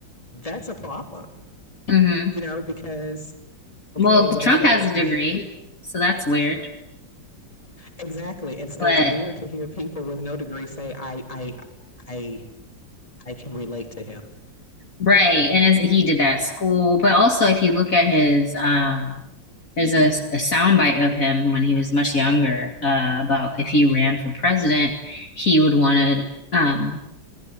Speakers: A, on the left (about 20°); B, on the left (about 45°).
A: that's a problem,
B: hmm
A: you know, because okay,
B: Well, Trump
A: whatever.
B: has
A: If
B: a degree,
A: you
B: so that's weird.
A: exactly, and so
B: But
A: it's weird to hear people with no degree say, "I, I, I, I can relate to him."
B: right, and as he did that school, but also if you look at his um there's a, a soundbite of him when he was much younger uh, about if he ran for president, he would want to um